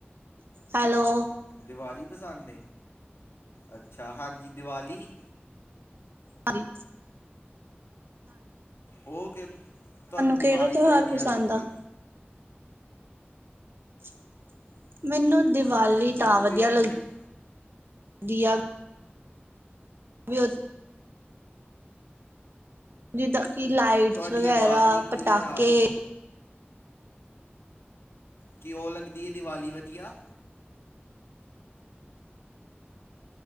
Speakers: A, on the right; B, on the left.
A: ਹੈਲੋ।
B: ਦੀਵਾਲੀ ਪਸੰਦ ਅੱਛਾ ਹਾਂਜੀ ਦੀਵਾਲੀ
A: ਹਾਂਜੀ
B: ਉਹ ਕਿ ਤੁਹਾਨੂੰ ਦੀਵਾਲੀ
A: ਕਿਹੜਾ ਤਿਉਹਾਰ
B: ਕਿੳ ਵਧੀਆ
A: ਪਸੰਦ
B: ਲੱਗਦੀ
A: ਆ
B: ਏ
A: <inaudible> ਮੈਨੂੰ ਦੀਵਾਲੀ
B: ਮੈਨੂੰ
A: ਤਾਂ ਵਧੀਆ
B: ਵੀ ਵੈ
A: ਲੱਗਦੀ
B: ਮੈਨ
A: ਦਿਆ <unintelligible> <unintelligible> ਕਿ ਲਾਈਟਸ
B: ਤੁਹਾਡੀ
A: ਵਗੈਰਾ
B: ਆਵਾਜ਼ ਨਹੀਂ ਕਲੀਅਰ
A: ਪਟਾਕੇੇ
B: ਆ ਰਹੀ ਕਿਉ ਲੱਗਦੀ ਹੈ? ਦੀਵਾਲੀ ਵਧੀਆ